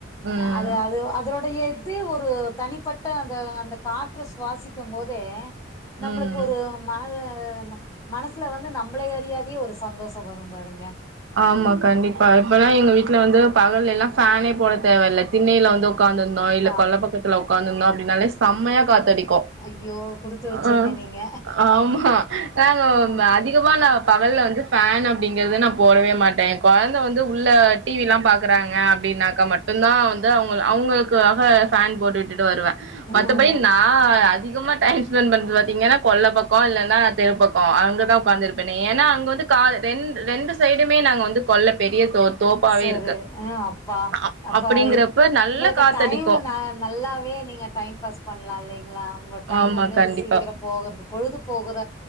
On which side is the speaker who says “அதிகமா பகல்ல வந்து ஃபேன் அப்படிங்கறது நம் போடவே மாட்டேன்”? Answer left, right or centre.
Right